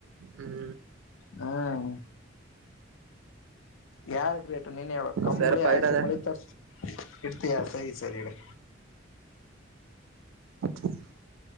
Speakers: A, on the right; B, on the left.
A: ಹ್ಮ್ <inaudible>
B: ಹ್ಮ್ ಯಾರ ಕ ರೀಟ ನೀನ ಯ ಕಂಬಳಿ
A: ಸರಿಪ
B: ಆಯಿಸಿ
A: ಇಡದ
B: ಮಳಿ ತರಿಸ ಇತ. ಹೇ ಸರಿ ಇಡಿ
A: ಹ <unintelligible>